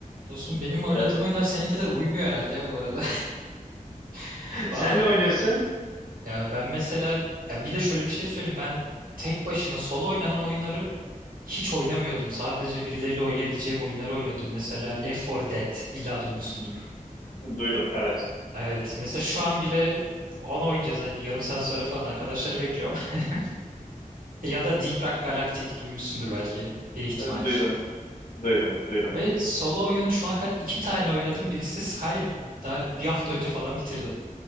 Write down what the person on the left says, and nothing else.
E,
sen ne oynuyorsun?
Duydum evet.
<laughs> Duydum. Duydum. Duydum.